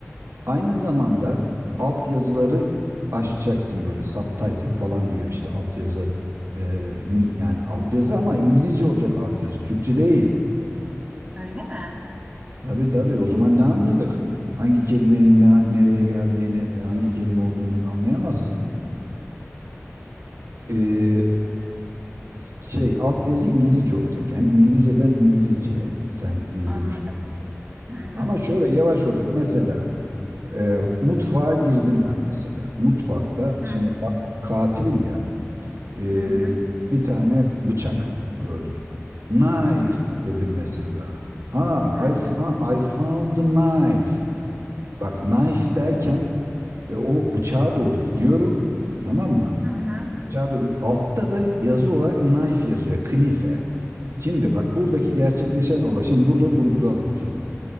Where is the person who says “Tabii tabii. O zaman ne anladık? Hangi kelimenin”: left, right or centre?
Right